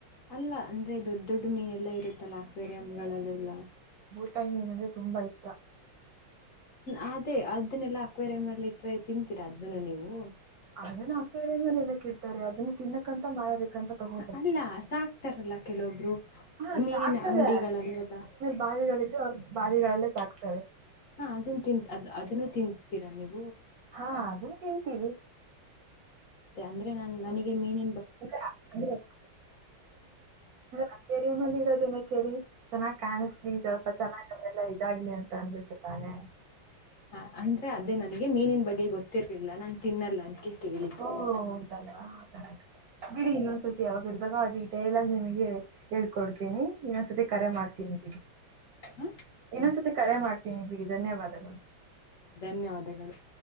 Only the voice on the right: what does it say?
ಭೂತಾಯಿ ಮೀನಂದ್ರೆ ತುಂಬಾ ಇಷ್ಟ.
ಅದನ್ನು ಅಕ್ವೇರಿಯಂ ಅಲ್ಲಿ ಏನಕ್ಕೆ ಇಡ್ತಾರೆ ಅದನ್ನ ತಿನ್ನಕ್ ಅಂತ ಮಾಡ್ ತಗೋಬಹುದು,
ಆ
ಸಾಕ್ತಾರೆ
ಬಾವಿಗಳು ಇದ್ದರೆ ಬಾವಿಗಳಲ್ಲೇ ಸಾಕ್ತಾರೆ. ಹಾಕ್ತಾರೆ
ಹಾ ಅದನ್ನ ತಿನ್ ತಿಂತೀವಿ
ಏಕಂದ್ರೆ ಅಕ್ವೇರಿಯಂ ಅಲ್ಲಿ ಚೆನ್ನಾಗಿ ಕಾಣಸ್ತ ನೀ ಸ್ವಲ್ಪ ಚೆನ್ನಾಗಿ ಅದೆಲ್ಲಾ ಇದಾಗಲಿ ಅಂತ ತಂದ್ಬಿಟ್ಟು ತಾನೇ
ಹೂ ಹೂ ಹೌದಲ್ವಾ ಕರೆಕ್ಟು ಬಿಡಿ ಇನ್ನೊಂದು ಸರ್ತಿ ಯಾವಾಗಿರದಾಗ ಡೀಟೇಲ್ ಆಗಿ ನಿಮಗೆ ಹೇಳ್ಕೊಡ್ತೀನಿ ಇನ್ನೊಂದ್ಸತಿ ಕರೆ ಮಾಡ್ತೀನಿ ಬಿಡಿ
ಇನ್ನೊಂದ್ಸತಿ ಕರೆ ಮಾಡ್ತೀನಿ ಬಿಡಿ ಧನ್ಯವಾದಗಳು